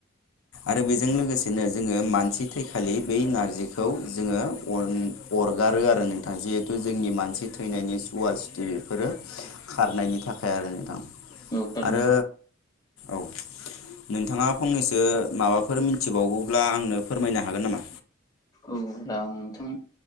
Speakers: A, on the left; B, on the left.
A: आरो बेजों लोगोसेनो जोङो मानसि थैखालि बै नारजिखौ जोङो अरगारो आरो नोंथां जिहेथु जोंनि मानसि थैनायनि सुवा सुथि बेफोरो खारनायनि थाखाय आरो नोंथां।
B: औ थारैनो
A: आरो
B: औ
A: औ। नोंथाङा फंनैसो माबाफोर मिथिबावगौब्ला आंनो फोरमायनो हागोन नामा?
B: औ रा नोंथां